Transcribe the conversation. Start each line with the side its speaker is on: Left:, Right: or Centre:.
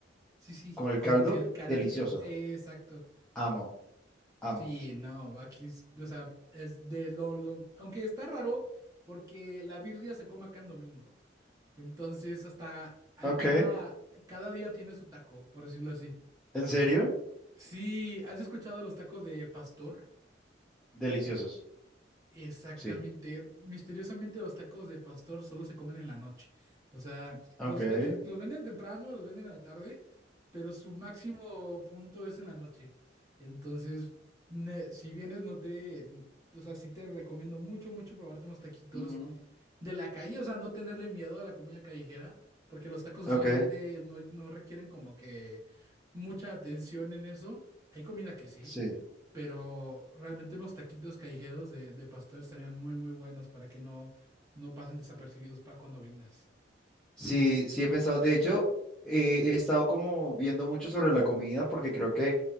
Right: Sí, sí,
Centre: con el
Right: como
Centre: caldo,
Right: que el caldito.
Centre: delicioso,
Right: eh, exacto.
Centre: amo, amo.
Right: Sí, no, aquí, es- o sea, es de lo, lo- aunque está raro porque la birria se come acá en domingo. Entonces, hasta hay
Centre: Ok,
Right: cada, cada día tiene su taco, por decirlo así.
Centre: ¿en serio?
Right: Sí, ¿has escuchado de los tacos de pastor?
Centre: Deliciosos,
Right: Exactamente.
Centre: sí.
Right: Misteriosamente los tacos de pastor solo se comen en la noche. O sea,
Centre: Ok.
Right: los venden, los venden temprano, los venden en la tarde, pero su máximo punto es en la noche. Entonces, ne- si vienes, no te, o sea, sí te recomiendo mucho, mucho probarte unos taquitos
Centre: Ujú,
Right: de la calle, o sea, no tenerle miedo a la comida callejera, porque los tacos usualmente
Centre: Ok,
Right: no, no requieren como que mucha atención en eso. Hay comida que sí,
Centre: sí.
Right: pero realmente unos taquitos callejeros de, de pastor estarían muy, muy buenos para que no, no pasen desapercibidos para cuando vengas.
Centre: Sí, sí he pensado. De hecho, eh, he estado como viendo mucho sobre la comida porque creo que